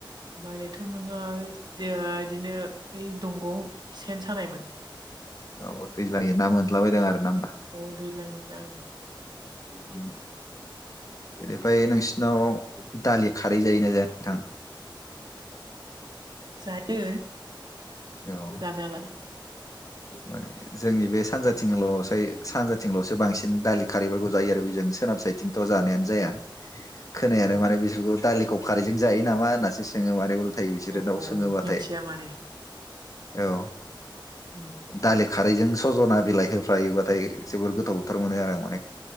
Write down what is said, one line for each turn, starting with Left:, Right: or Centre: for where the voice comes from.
Right: बायनायथ' नङा बिदिनो बै दंग'आव सेन सानायमोन।
Left: औ दैज्लांनि ना मोनला बायदों आरोना।
Right: औ दैलांनि नाङो।
Left: उम। बेनिफ्राय नोंसिनाव दालि खारै जायोना जाया नोंथां।
Right: जायो
Left: औ
Right: जानायालाय।
Left: माने जोंनि बे सानजाथिंल'सै सानजाथिंल'सो बांसिन दालि खारैफोरखौ जायो आरो बेजोंसो सोनाब सायटथिंथ' जानायानो जाया खोनाय
Right: औ
Left: आरो माने बिसोरखौ दालिखौ खारैजों जायो नामा होननासो सोङो मानेल नाथाय बिसोरो
Right: औ औ
Left: दाउ
Right: औ
Left: सोङोबाथाय
Right: मिथिया माने
Left: औ
Right: उ
Left: दालि खारैजों सज'ना बिलाइ होफ्लायोबाथाय जोबोर गोथाव थार मोनो आरो आं माने